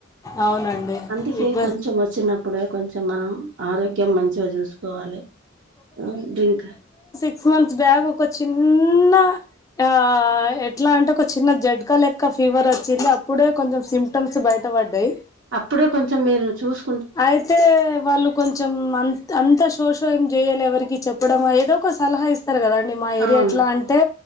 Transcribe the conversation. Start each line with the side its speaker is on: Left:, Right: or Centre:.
Left: అవునండి
Right: అందుకే
Left: ఇబ్బ
Right: కొంచం వచ్చిన అప్పుడే కొంచెం మా ఆరోగ్యం మంచిగా చూసుకోవాలి ఆ డ్రింక్
Left: సిక్ మంత్స్ బ్యాక్ ఒక చిన్న ఆ ఎట్లా అంటే ఒక చిన్న జడ్గా లెక్క ఫీవర్ వచ్చింది అప్పుడే కొంచెం సిం టమ్స్ బయట పడ్డాయి
Right: అప్పుడే కొంచెం మీరు చూస్
Left: అయితే వాళ్ళు కొంచెం అంత అంత శోషోయం చేయాలి ఎవరికి చెప్పడమ ఏదో ఒక సలహా ఇస్ కదండి మా ఏరియా
Right: అవును
Left: ఎట్లా అంటే